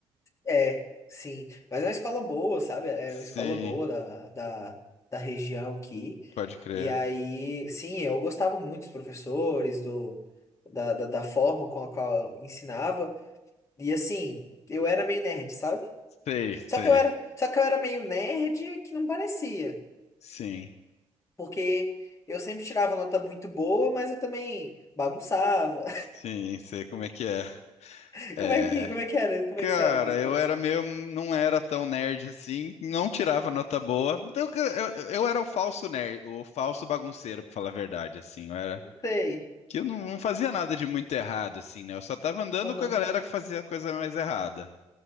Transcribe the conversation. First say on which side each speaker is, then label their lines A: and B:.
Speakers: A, on the left; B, on the left.
A: É, sim. Mas é uma escola boa, sabe? É
B: Sim,
A: uma escola boa da, da, da região aqui.
B: pode crer.
A: E aí, sim, eu gostava muito dos professores, do, da, da, da forma com a qual ensinava. E assim, eu era meio nerd, sabe?
B: Sei, sei.
A: Só que eu era, só que eu era meio nerd que não parecia.
B: Sim,
A: Porque eu sempre tirava nota muito boa, mas eu também bagunçava.
B: sim, sei como é que é.
A: <laughs>
B: É.
A: Como é que, como é que era? Como
B: Cara,
A: é que você era na escola?
B: eu era meio. Não era tão nerd assim, não tirava nota boa. Eu, eu, eu era o falso nerd, o falso bagunceiro, pra falar a verdade, assim. Eu era.
A: Sei.
B: Que eu não, não fazia nada de muito errado, assim, né? Eu só tava andando
A: Aham.
B: com a galera que fazia coisa mais errada.